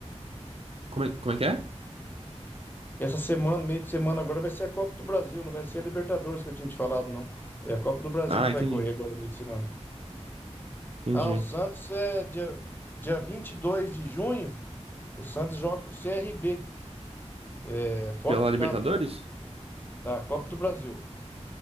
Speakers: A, on the right; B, on the left.
A: Como é, como é que é?
B: Essa semana, meio de semana, agora vai ser a Copa do Brasil, não vai ser a Libertadores que eu tinha te falado, não. É a Copa do Brasil
A: Ah,
B: que
A: entendi.
B: vai correr agora meio de semana.
A: Entendi.
B: Ah, o Santos é dia, dia 22 de junho. O Santos joga com o CRB, é, fora
A: Pela
B: de
A: Libertadores?
B: casa, na, da Copa do Brasil.